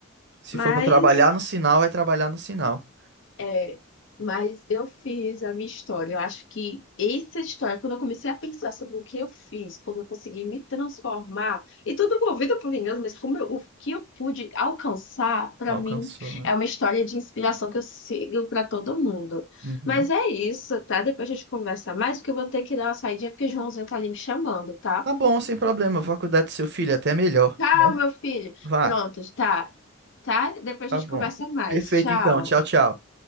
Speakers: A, on the right; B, on the left.
A: Se
B: Mas
A: for pra trabalhar no sinal, vai trabalhar no sinal.
B: É, mas eu fiz a minha história. Eu acho que essa história, quando eu comecei a pensar sobre o que eu fiz, como eu consegui me transformar, e tudo movido por vingança, mas como eu- o que eu pude alcançar, para
A: Alcançou,
B: mim,
A: né?
B: é uma história de inspiração que eu sigo para todo mundo.
A: Uhum.
B: Mas é isso, tá? Depois a gente conversa mais, porque eu vou ter que dar uma saidinha, porque o Joãozinho tá ali me chamando, tá?
A: Tá bom, sem problema. Vou cuidar do seu filho, até melhor.
B: Tchau,
A: né?
B: meu filho.
A: Vá,
B: Pronto, tá. Tá? Depois
A: tá
B: a gente
A: bom.
B: conversa mais.
A: Perfeito,
B: Tchau.
A: então. Tchau, tchau.